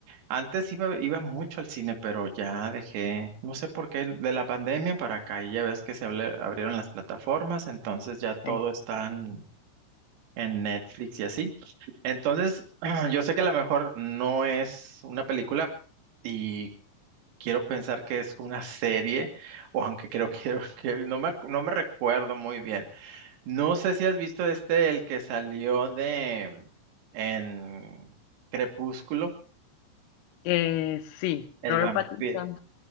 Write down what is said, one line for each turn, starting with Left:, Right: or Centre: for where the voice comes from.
Right: Antes iba, iba mucho al cine, pero ya dejé, no sé por qué, de la pandemia para acá, y ya ves que se abri- abrieron las plataformas, entonces ya todo
Left: sí.
Right: está en, en Netflix y así. Entonces, <clears throat> yo sé que a lo mejor no es una película y quiero pensar que es una serie, o aunque creo que, <laughs> que no me, acu- no me recuerdo muy bien. No sé si has visto este, el que salió de en Crepúsculo,
Left: Eh, sí,
Right: el
Left: Robert
Right: vampiro.
Left: Pattinson.